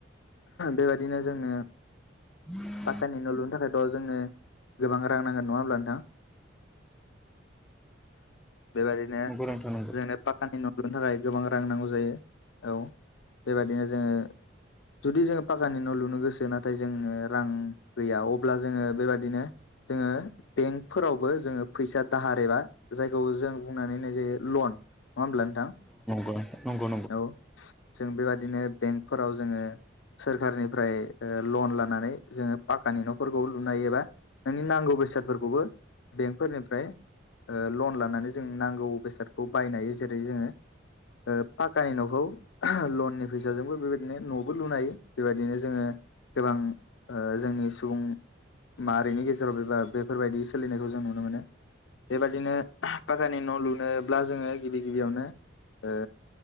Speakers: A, on the left; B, in the centre.
A: बेबायदिनो जोङो
B: <unintelligible>
A: पाकखानि न' लुनो थाखायथ' जोंनो गोबां रां नांगोन नङा हब्ला नोंथां? बेबायदिनो
B: नंगौ नोंथां नंगौ
A: जोंनो पाकानि न' ल्लुनो थाखाय गोबां रा रां नांगौ जायो औ बेबादिनो जोङो जुदि जोङो पकानि न' लुनो गोसो नाथाय जोङो रां गैया अब्ला जोङो बेबाददिनो जोङो बेंक फोरावबो जोङो फैसा दाहार एबा जायखौ जों बुंनानै होननाय जायो लन नङा होमब्ला न थां
B: थारैनो। औ नंगौ नोंथां नंगौ
A: औ जों बेबादिनो बेंकफोराव जोङो सोरखारनिफ्राय ओ लन लानानै जोङो पाकानि न'फोरखौ लुनाय एबा नोंनि नांगौ बेसादफोरखौबो बेंकफोरनिफ्राय ओ लन लानानै जों नांगौ बेसादखौ बायनाय ह जेरै जोङो ओ पाक्कानि न'खौ लननि फैसाजोंबो बेबायदिनो न'बो लुनाय हायो बेबायदिनो जोङो गोबां ओ जोंनि सुबुं मारैनि गेजेराव एबा बेफोरबायदि सोलिनायखौ जों नुनो मोनो। बेबादिनो पाक्कानि न' लुनोब्ला जोङो गिबि गिबियावनो ओ